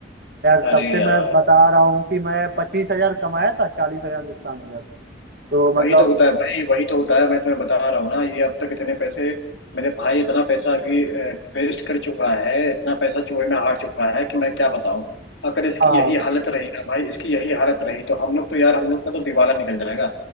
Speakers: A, on the right (about 60°); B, on the left (about 85°).
A: यार
B: अरे
A: तब से
B: यार
A: मैं बता रहा हूँ कि मैं पच्चीस हजार कमाया था चालीस हजार नुकसान हो गया था तो
B: वही
A: मतलब
B: तो होता है भाई वही तो होता है मैं तुम्हें बता रहा हूँ ना ये अब तक इतने पैसे मेरे भाई इतना पैसा अभी वेस्ट कर चुका है इतना पैसा चूहे में हार चुका है कि मैं क्या बताऊँ अगर इसकी
A: हाँ
B: यही हालत रही ना भाई इसकी यही हालत रही तो हम लोग तो यार हम लोग का तो दिवाला निकल जाएगा